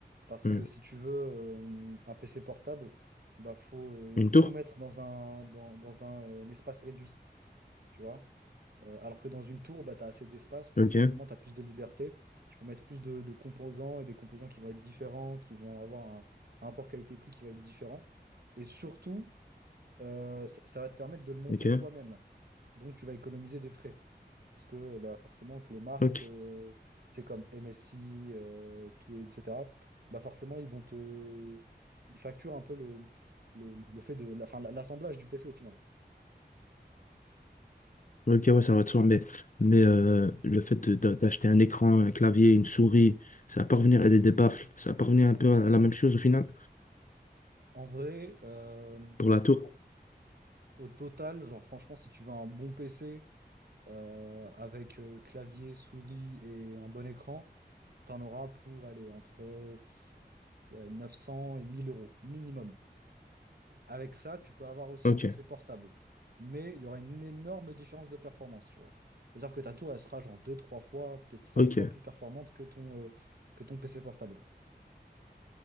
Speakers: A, on the right; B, on the left.
A: Parce
B: Hmm.
A: que si tu veux euh, un PC portable, bah faut
B: Une
A: euh,
B: tour?
A: tout mettre dans un, dans, dans un, euh, un espace réduit, tu vois? Euh, alors que dans une tour, bah, tu as assez d'espace, donc
B: Ok,
A: forcément, tu as plus de liberté. Tu peux mettre plus de, de composants et des composants qui vont être différents, qui vont avoir un, un rapport qualité-prix qui va être différent. Et surtout, euh, ça, ça va te permettre de le monter
B: ok,
A: toi-même. Donc, tu vas économiser des frais. Parce que bah, forcément, que les marques,
B: ok.
A: euh, c'est comme MSI, euh, tout, etc., bah, forcément, ils vont te... Ils facturent un peu le, le, le fait de... la- enfin, l'assemblage du PC au final.
B: Ok, ouais, ça va de soi, mais, mais euh, le fait de- de- d'acheter un écran, un clavier, une souris, ça va pas revenir à des, des baffles, ça va pas revenir un peu à la même chose au final
A: En vrai... euh,
B: pour la tour.
A: Au total, genre franchement, si tu veux un bon PC euh, avec euh, clavier, souris et un bon écran, t'en auras pour aller entre euh, ouais, 900 et 1000 euros minimum. Avec ça, tu peux avoir aussi
B: Ok,
A: un PC portable. Mais il y aura une énorme différence de performance, tu vois. C'est-à-dire que ta tour, elle sera genre deux trois fois, peut-être cinq
B: ok,
A: fois plus performante que ton, euh, que ton PC portable.